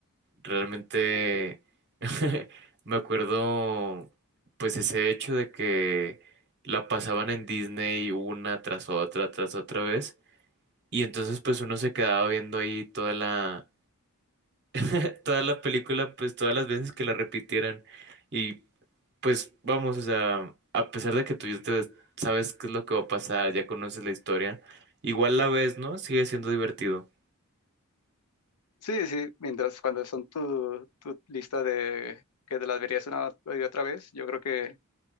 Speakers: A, on the right (about 50°); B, on the left (about 85°).
A: Realmente <laughs> me acuerdo, pues, ese hecho de que la pasaban en Disney una tras otra, tras otra vez. Y entonces, pues, uno se quedaba viendo ahí toda la <laughs> Toda la película, pues todas las veces que la repitieran. Y pues vamos, o sea, a pesar de que tú ya te- sabes qué es lo que va a pasar, ya conoces la historia, igual la ves, ¿no? Sigue siendo divertido.
B: Sí, sí, mientras cuando son tu, tu lista de que te las verías una y otra vez, yo creo que